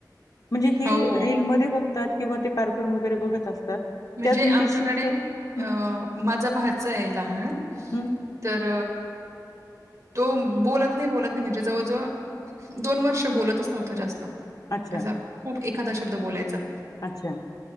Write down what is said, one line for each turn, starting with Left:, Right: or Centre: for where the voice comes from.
Left: म्हणजे हे
Right: हो.
Left: रील मध्ये बघ किंवा ते कार्टन वगैरे बघत असतात.
Right: म्हणजे
Left: त्यातून
Right: आमच्याकडे
Left: ते शिकतात. हं
Right: अ माझा भाचा आहे. लहान,
Left: हं
Right: तर तो बोलत नाही. बोलत म्हणजे जवळजवळ दोन वर्ष बोलतच नव्हतं जास्त
Left: अच्छा
Right: असं. खूप एखादा शब्द बोलायचा.
Left: अच्छा